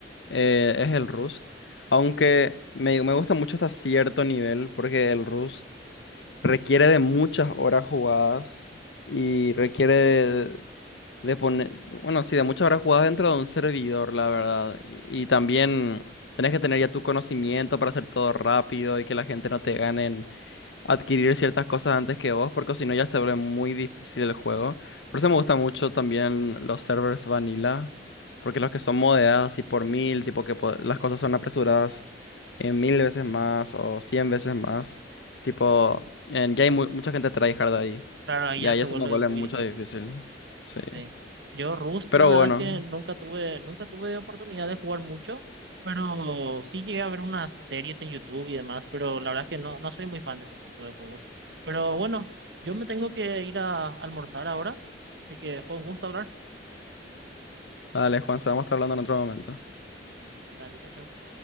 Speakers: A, on the left; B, on the right.
A: eh, es el Rust. Aunque me, me gusta mucho hasta cierto nivel, porque el Rust requiere de muchas horas jugadas y requiere de, de poner, bueno, sí, de muchas horas jugadas dentro de un servidor, la verdad. Y, y también tenés que tener ya tu conocimiento para hacer todo rápido y que la gente no te gane adquirir ciertas cosas antes que vos, porque si no ya se vuelve muy difícil el juego. Por eso me gusta mucho también los servers vanilla, porque los que son modeados y por mil, tipo que po- las cosas son apresuradas en mil veces más o cien veces más, tipo, en- ya hay mu- mucha gente tryhard ahí,
B: Claro, ahí
A: y
B: ya
A: ahí
B: se
A: se
B: vuelve
A: me vuelve
B: muy
A: mucho
B: difícil.
A: difícil, sí.
B: Sí. Yo Rust,
A: Pero
B: la verdad
A: bueno,
B: es que nunca tuve, nunca tuve oportunidad de jugar mucho, pero sí llegué a ver unas series en YouTube y demás, pero la verdad es que no, no soy muy fan de ese tipo de juegos. Pero bueno, yo me tengo que ir a almorzar ahora, así que fue un gusto hablar.
A: dale Juan, se vamos a estar hablando en otro momento.
B: Dale, chao, chao.